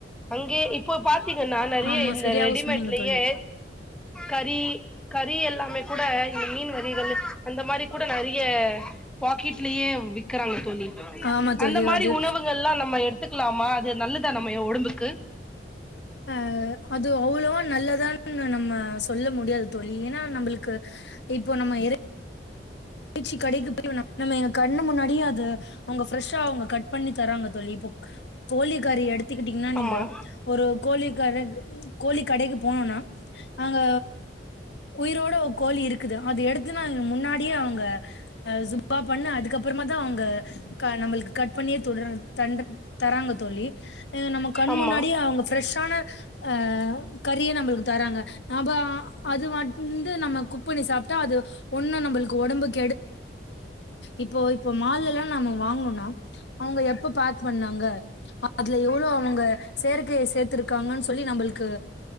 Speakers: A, in the centre; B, on the left (about 75°).
A: அங்யே இப்போ பாத்தீங்கன்னா நெறய
B: ஆமா
A: இந்த
B: சரியாக
A: ரெடிமேட்லயே
B: சொன்னீங்க தோழி.
A: கறி கறி எல்லாமே கூட இந்த மீன் வகைகள் அந்த மாரி கூட நெறய பாக்கெட்லயே விக்கிறாங்க தோழி
B: ஆமா
A: அந்த
B: தோழி
A: மாரி
B: அது
A: உணவுகள் எல்லா நம்ம எடுத் துக்கலாமா அது நல்லதா நம்ம ஒடம்புக்கு
B: ஆ அது அவ்ளோவா நல்லதான் னு நம்ம சொல்ல முடியாது தோழி ஏனா நம்ள்க்கு இப்போ நம்ம எரே இறைச்சி கடைக்கு போய் நம்ம கண்ணு முன்னாடியே அது அவுங்க ஃப்ரெஷ்ஷா அவுங்க கட் பண்ணி தராங்க தோழி இப்போ கோழிக்காரி எடுத்துக்கிட்டீங்கன்னா நீங்க
A: ஆமா
B: ஒரு கோழி கரன்ங் கோழி கடைக்கு போனோன்னா அங்க உயிரோட ஒரு கோழி இருக்குது அது எடுத்து நாங் முன்னாடியே அவுங் க சுப்பா பண்ண அதுக்கப்பறமாதா அவுங்க க நம்ள்க்கு கட் பண்ணியே தொடறாங்க தண்ட தராங்க தோழி நம்ம கண்
A: ஆமா
B: முன்னாடியே அவுங்க ஃப்ரெஷ்ஷான அ கறியே நம்மளுக்கு தராங்க நாம்பா அது வந்து நம்ம குக் பண்ணி சாப்ட்டா அது ஒண்ணு நம்ள்க்கு ஒடம்புக்கு இப்போ இப்போ மால்லல்லா நாம வாங்ணோனா அவுங்க எப்ப பாக் பண்ணாங்க அதுல எவ்ளோ அவுங்க செயற்கையை சேர்த்துருக்காங்கன்னு சொல்லி நம்ள்க்கு